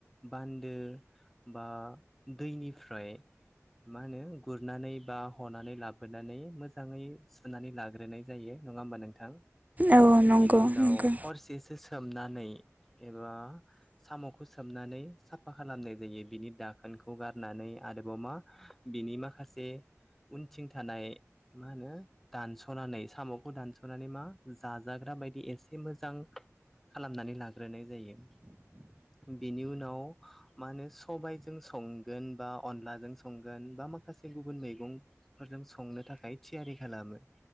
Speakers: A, in the centre; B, on the right (about 30°).
A: बान्दो बा दैनिफ्राय मा होनो गुरनानै बा हनानै लाबोनानै मोजाङै नानै लाग्रोनाय जायो नङा होमबा नोंथां
B: औ नंगौ
A: बेनि उनाव
B: नंगौ
A: हरसे स सोमनानै एबा साम'खौ सोमनानै साफा खालामनाय जायो बिनि दाखोनखौ गारनानै आरोबाव मा बिनि माखासे उनथिं थानाय मा होनो। दानस'नानै साम'खौ दानस'नानै मा जाजाग्रा बायदि ए से मोजां खालामनानै लाग्रोनाय जायो बेनि उनाव मा होनो सबायजों संगोन बा अनलाजों संगोन बा माखासे गुबुन मैगं फोरजों संनो थाखाय थियारि खालामो।